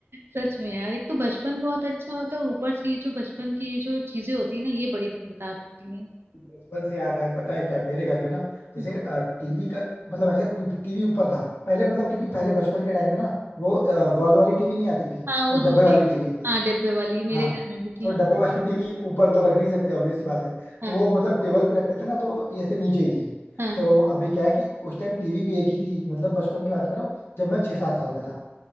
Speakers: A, on the right; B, on the left.
A: सच में यार एक तो बचपन बहुत अच्छा होता है ऊपर से ये जो बचपन की ये जो चीजें होती है ना ये बड़ी मजेदार होती हैं
B: बचपन से याद है पता है क्या मेरे घर पे ना जैसे
A: हम्म।
B: टीवी का मतलब ऐसे टीवी ऊपर था पहले मतलब क्योंकि पहले बचपन के टाइम पे ना वो वॉल वाली टीवी नहीं आती थी
A: हाँ वो
B: वो
A: दूसरी
B: डब्बे वाली टीवी आती
A: हाँ
B: थी
A: डिब्बे वाली मेरे
B: हाँ
A: घर में भी थी
B: तो
A: हाँ
B: डब्बे वाली टीवी ऊपर तो रख नहीं सकते ऑब्वियस सी बात है
A: हाँ
B: तो वो मतलब टेबल पे रखते थे ना तो ये ऐसे नीचे ही थी
A: हाँ
B: तो अभी क्या है कि उस टाइम टीवी भी एक ही थी मतलब बचपन की बात कर रहा हूँ जब मैं छह सात साल का था